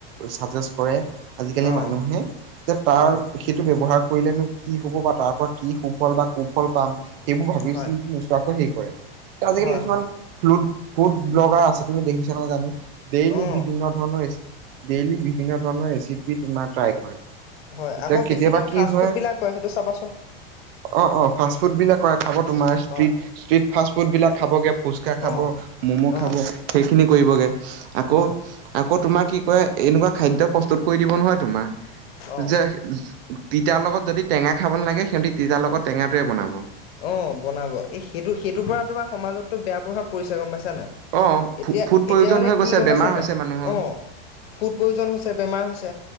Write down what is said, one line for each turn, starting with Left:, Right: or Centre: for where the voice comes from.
Right: চাজেষ্ট কৰে। আজিকালি
Left: অ
Right: মানুহে যে তাৰ।
Left: অ
Right: সেইটো ব্যৱহাৰ কৰিলেনো কি হ'ব বা তাৰ পৰা কি সুফল বা কুফল পাম। সেইবোৰ ভাবি
Left: হয়
Right: চিন্তি নোচোৱাকৈ সেই কৰে আজিকালি
Left: হয়
Right: কিছুমান।
Left: হয়
Right: <unintelligible> ফুড ব্লগাৰ আছে তুমি দেখিছা নাই জানোঁ ডেইলি
Left: অ
Right: বিভিন্ন <unintelligible> ডেইলি বিভিন্ন ধৰণৰ ৰেচিপি তোমাৰ ট্ৰাই কৰে।
Left: হয়।
Right: এতিয়া
Left: আকৌ
Right: কেতিয়াবা
Left: বেছিকে
Right: কি
Left: ফাষ্ট
Right: হয়
Left: ফুড বিলাক কয় সেইটো চাবা
Right: অ, অ ফাষ্ট ফুড বিলাক কৰা খাব তোমাৰ ষ্ট্ৰট
Left: হয়
Right: ষ্ট্ৰিট ফাষ্ট ফুড বিলাক খাবগে ফুচকা খাব
Left: অ
Right: ম'ম' খাব।
Left: অ
Right: সেইখিনি কৰিবগে আকৌ।
Left: হয়
Right: আকৌ তোমাৰ কি কৰে এনেকুৱা খাদ্য প্ৰস্তুত কৰি দিব নহয় তোমাৰ
Left: অ
Right: যে তিতাৰ লগত যদি টেঙা খাব নালাগে সিহঁতি তিতাৰ লগত টেঙাটোৱে বনাব।
Left: অ, বনাব এই সেইটো, সেইটোৰ পৰা তোমাৰ সমাজতটো বেয়া প্ৰভাৱ পৰিছে গম পাইছা নে নাই?
Right: অ
Left: এতিয়া,
Right: ফুড প্ৰয়োজন
Left: এতিয়া মানে
Right: হৈ গৈছে
Left: কি গম
Right: বেমাৰ
Left: পাইছা নে
Right: হৈছে
Left: নাই?
Right: মানুহৰ
Left: অ। ফুড পয়জন হৈছে বেমাৰ হৈছে